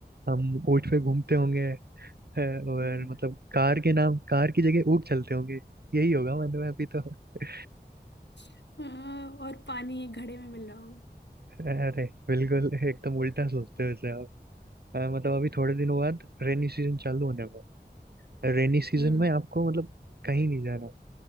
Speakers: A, on the right; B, on the left.
A: हम ऊँट पे घूमते होंगे है, और
B: हाँ
A: मतलब कार के नाम कार की जगह ऊँट चलते होंगे यही होगा मतलब अभी तो <laughs>
B: <laughs> हाँ, और पानी एक घड़े में मिल रहा होगा
A: अरे बिल्कुल एकदम उल्टा सोचते हो इसे आप अ, मतलब अभी थोड़े दिनों बाद रेनी सीजन चालू होने वाला है रेनी सीजन
B: हाँ
A: में आपको मतलब कहीं नहीं जाना